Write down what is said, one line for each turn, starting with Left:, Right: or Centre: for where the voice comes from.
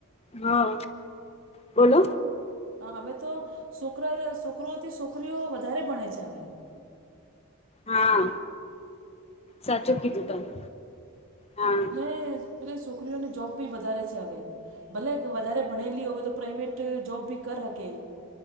Left: હા બોલો.
Right: હ અમે તો છોકરા છોકરોઓથી છોકરીઓ વધારે ભણે છે હવે
Left: હા સાચું કીધું તમે હા
Right: <unintelligible> એટલે છોકરીઓને જોબ બી વધારે છે હવે ભલે વધારે ભણેલી હોવે તો પ્રાઇવેટ જોબ બી કરી હકે